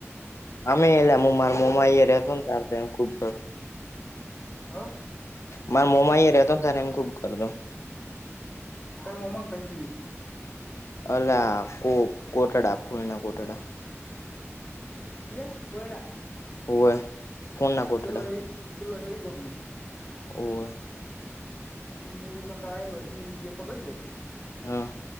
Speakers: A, on the left (about 70°); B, on the left (about 35°).
A: અમે એલા મો મામો ઈયા રેતો ને તાર તો ખુબ.
B: હા.
A: માર મોમ ઈઅ રહેતો ને તાર ને એમ ખુબ કરતો
B: તાર મોમાં ન ઘર ચિયુ
A: અલા કો કોટાડા ફૂલણા કોટડા.
B: કિયા પોઈણા.
A: હોવે ફૂલના કોટડા
B: પિલર એ પિલરે એ ઘુમનું.
A: ઓર.
B: મુુંઈ મકા આલ અચી જે ખબર છે.
A: હા.